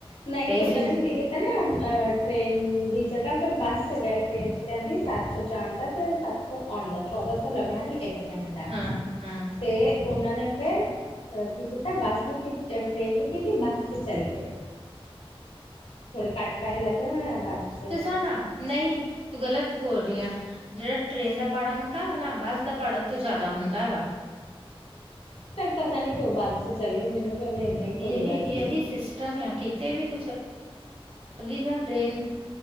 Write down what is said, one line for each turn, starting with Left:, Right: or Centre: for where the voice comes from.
Left: ਨਹੀਂ
Right: ਤੇ
Left: ਤਾਂ
Right: ਇਸ
Left: ਉਹਨਾਂ ਨੇ ਵੀ ਕਈ ਵਾਰੀ ਹਨਾ ਟ੍ਰੇਨ ਦੀ ਜਗ੍ਹਾ ਫਿਰ ਬੱਸ ਚਗਾ ਟ੍ਰੇਨ 'ਚ' ਕਹਿੰਦੀ ਸੱਤ ਸੌ ਜਾਣ ਦਾ ਤੇ ਸੱਤ ਸੱਤ ਸੋ ਆਉਣ ਦਾ ਚੌਦਾਂ ਸੌ ਲੱਗਣਾ ਹੀ ਇੱਕ ਜਣੇ ਦਾ
Right: ਹਾਂ ਹਾਂ
Left: ਤੇ ਉਹਨਾਂ ਨੇ ਫਿਰ ਕੀ ਕੀਤਾ ਬੱਸ ਨਹੀਂ ਟ੍ਰੇਨ ਨਹੀਂ ਕੀਤੀ ਬੱਸ 'ਚ' ਚੱਲ ਗਏ। ਥੋੜੇ ਘੱਟ ਪੈਸੇ ਲੱਗੇ ਹੋਣੇ ਆ। ਬੱਸ 'ਚ
Right: ਤੇ ਸੁਣਨਾ, ਨਹੀਂ ਤੂੰ ਗਲਤ ਬੋਲ ਰਹੀ ਆ। ਜਿਹੜਾ ਟ੍ਰੇਨ ਦਾ ਪਾੜਾ ਹੁੰਦਾ ਵਾ ਨਾ, ਬੱਸ ਦਾ ਪਾੜਾ ਉੱਥੋਂ ਜ਼ਿਆਦਾ ਹੁੰਦਾ ਵਾ।
Left: ਫੇਰ ਪਤਾ ਨੀ, ਕਿਉਂ ਬੱਸ ਚ ਚੱਲ ਗਏ, ਮੈਨੂੰ ਤੇ ਉਹਨੇ ਹੀ
Right: ਜਹੀ,
Left: ਬੋਲਿਆ ਸੀ
Right: ਜਹੀ ਸਿਸਟਮ ਆ, ਕਿਤੇ ਵੀ ਤੂੰ, ਚਲੀ ਜਾ, ਟੇਨ